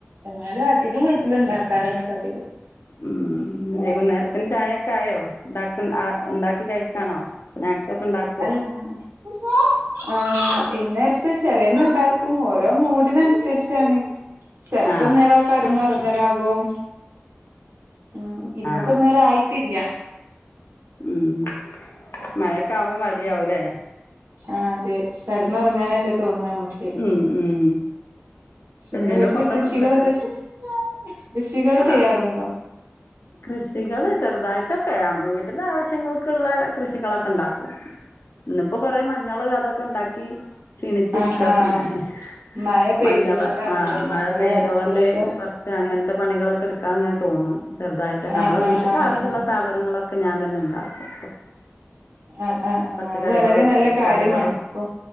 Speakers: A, on the right (about 75°); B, on the left (about 80°).
A: എന്നാലും അധികം വീട്ടിലുണ്ടാക്കാറ് തന്നെ പതിവ്
B: ഉം വൈകുന്നേരത്തിന് ചായയൊക്കെ ആയോ ഇണ്ടാക്ക ഉണ്ടാക്കി കഴിക്കാണോ സ്നാക്സ് ഒക്കെ ഒണ്ടാ-
A: അല്ല <unintelligible> ആഹ് വൈന്നെരത്ത് ചെലേന്നുണ്ടാക്കും ഓരോ മൂഡിനനുസരിച്ചാണ് ചെലപ്പം
B: ആ
A: അന്നേരം കെടന്ന് ഒറങ്ങലാകും ഉം ഇന്നപ്പോ
B: ആ
A: ഇന്നേരം ആയിട്ടില്ല
B: ഉം മഴക്കാവുമ്പോ മടിയാവും ഇല്ലേ
A: ആഹ് അതെ കെടന്നുറങ്ങാനല്ലേ തോന്ന്ക നമക്ക്
B: ഉം ഉം
A: പിന്നെ
B: എന്തേലും
A: വീട്ടില്
B: കൊണ്ടുവന്ന്
A: കൃഷികളൊക്കെ - കൃഷികള് ചെയ്യാറുണ്ടോ
B: ആ കൃഷികള് ചെറുതായിട്ടൊക്കെ വീട്ടിലെ ആവശ്യങ്ങൾക്ക് ഉള്ളെ കൃഷികളൊക്കെ ഒണ്ടാക്കും ഇന്നിപ്പോ കൊറെ മഞ്ഞള് അതൊക്കെ ഉണ്ടാക്കി ക്ഷീണിച്ചിരിക്ക
A: ആഹ് ആഹ്
B: ഇപ്പൊ ഞാന്
A: മഴ പെയ്തത്
B: മഞ്ഞള്
A: കൊണ്ടാവൂലേ
B: ആഹ്
A: മഞ്ഞള്
B: മഴ പെയ്തൊണ്ട്
A: അങ്ങനത്തതൊക്കെ
B: - പക്ഷ അങ്ങനത്തെ പണികൊക്കെ എടുക്കാന് ഇങ്ങനെ തോന്നും ചെറുതായിട്ട് ഒക്കെ
A: ആഹ്
B: നമ്മടെ
A: ആഹ്
B: വീട്ടക്ക്
A: ആഹ്
B: ആവശ്യുള്ള
A: ആഹ്
B: സാധന - സാധനങ്ങളൊക്കെ ഞാൻ തന്നെ ഒണ്ടാക്കുവ
A: ആഹ് ആഹ്
B: പച്ചക്കറികളും
A: ആഹ് അത് വളരെ നല്ല
B: എലക്കറികളും
A: കാര്യമാണ് ഇപ്പൊ